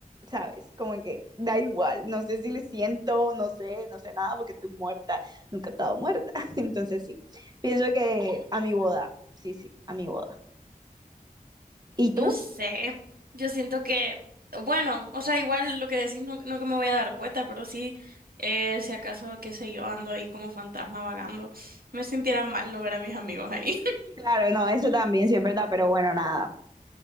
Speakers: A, on the right; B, on the right.
A: ¿sabes? Como que da igual, no sé si le siento, no sé, no sé nada porque estoy muerta, nunca he estado muerta. <laughs> Entonces sí, pienso que a mi boda, sí, sí, a mi boda. ¿Y tú?
B: No sé, yo siento que, bueno, o sea, igual lo que decís no, no que me voy a dar cuenta, pero sí, eh, si acaso, qué sé yo, ando ahí como fantasma vagando, me sintiera mal no ver a mis amigos ahí.
A: Claro, no, eso también, sí es verdad, pero bueno, nada.